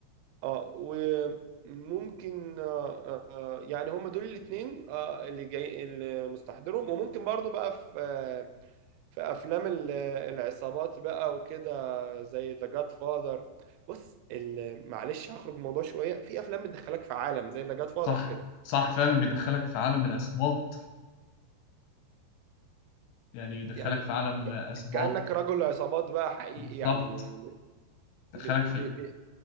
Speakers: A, on the right (about 85°); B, on the left (about 80°).
A: اه وممكن آه آه يعني هم دول الاثنين آه اللي جاي اللي مستحضرهم وممكن برضو بقى في آه في افلام ال- العصابات بقى وكده زي ذا جاد فاذر بص ال- معلش هخرج من الموضوع شويه في افلام بتدخلك في عالم زي ذا جاد فاذر
B: صح
A: كده
B: صح فعلا بيدخلك في عالم العصابات يعني بيدخلك
A: يعني
B: في عالم
A: ك-
B: عصابات
A: كأنك رجل عصابات بقى حقيقي
B: بالظبط
A: يعني من ب-
B: دخلك
A: ب-
B: في ال...
A: ب- ب-